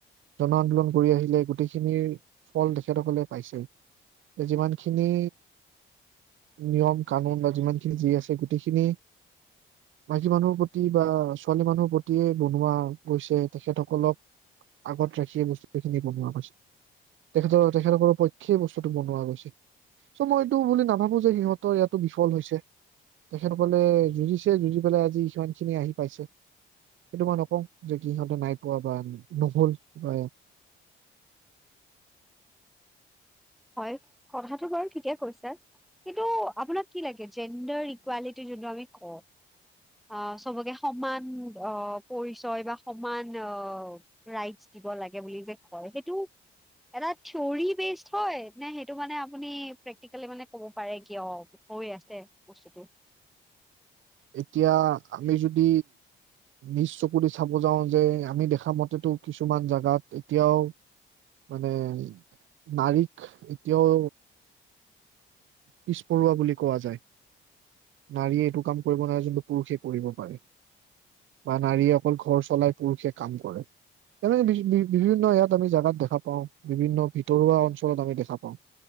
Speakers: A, on the right; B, in the centre.
A: জন আন্দোলন কৰি আহিলে, গোটেইখিনিৰ ফল তেখেতসকলে পাইছে। এই যিমানখিনি নিয়ম কানুন বা যিমানখিনি যি আছে গোটেইখিনি মাইকী মানুহৰ প্ৰতি বা ছোৱালী মানুহৰ প্ৰতিয়ে বনোৱা গৈছে তেখেতসকলক আগত ৰাখিয়ে বস্তুেইখিনি বনোৱা গৈছে তেখেতৰ তেখেতসকলৰ পক্ষয় বস্তুটো বনোৱা গৈছে চ মই এইটো বুলি ন ভাবোঁ যে সিহঁতৰ ইয়াতো বিফল হৈছে। তেখেতসকলে যুঁজিছে। যুঁজি পেলাই আজি সিমানখিনি আহি পাইছে। সেইটো মই নকওঁ যে কি- সিহঁতে নাই পোৱা বা নহল বা
B: হয়, কথাটো বাৰু ঠিকেই কৈছে। কিন্তু আপোনাক কি লাগে? জেণ্ডাৰ ইকুৱেলিটি যোনটো আমি কওঁ, অ'- চবকে সমান অ'- পৰিচয় বা সমান অ'- ৰাইটছ দিব লাগে বুলি যে কয়, সেইটো এটা থিঅৰী বেছ হয় নে সেইটো মানে আপুনি প্ৰেক্টিকেলি মানে কব পাৰে কিয় হৈ আছে বস্তু
A: এতিয়া আমি যদি, নিজ চকুদি চাব যাওঁ যে, আমি দেখা মতেতো কিছুমান জাগাত এতিয়াও, মানে নাৰীক এতিয়াও পিছপৰোৱা বুলি কোৱা যায়। নাৰীয়ে এইটো কাম কৰিব নোৱাৰে, যোনটো পুৰুষে কৰিব পাৰে। বা নাৰীয়ে অকল ঘৰ চলায়, পুৰুষে কাম কৰে। এনে বিভি- বিভি- বিভিন্ন এয়াত আমি জেগাত দেখা পাওঁ। বিভিন্ন ভিতৰুৱা অঞ্চলত আমি দেখা পাওঁ।